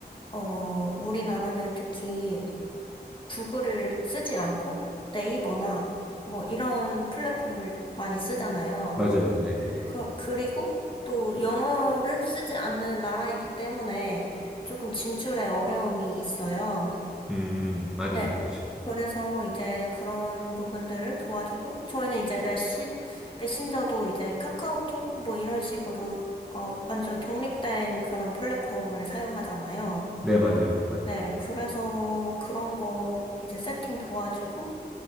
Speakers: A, on the left; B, in the centre.
A: 어, 우리나라는 특히 구글을 쓰지 않고 네이버나 뭐 이런 플랫폼을 많이 쓰잖아요.
B: 맞아요. 네네네.
A: 그, 그리고 또 영어를 쓰지 않는 나라이기 때문에 조금 진출에 어려움이 있어요.
B: 음, 맞아요.
A: 네.
B: 그쵸.
A: 그래서 이제 그런 부분들을 도와주고, 저희는 이제 메시, 메신저도 이제 카카오톡 뭐 이런 식으로 어, 완전 독립된 그런 플랫폼을 사용하잖아요.
B: 네, 맞아요. 맞아요.
A: 네. 그래서 그런 거 이제 세팅 도와주고,